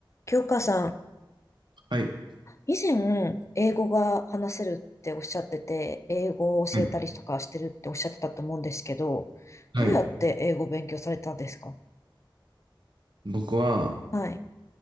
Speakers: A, on the left; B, on the right.
A: 京香さん、
B: はい。
A: 以前、英語が話せるっておっしゃってて、英語を教えたりとかしてるっておっしゃってたと思うんですけど、
B: はいはい。
A: どうやって英語を勉強されたんですか
B: 僕は、
A: はい。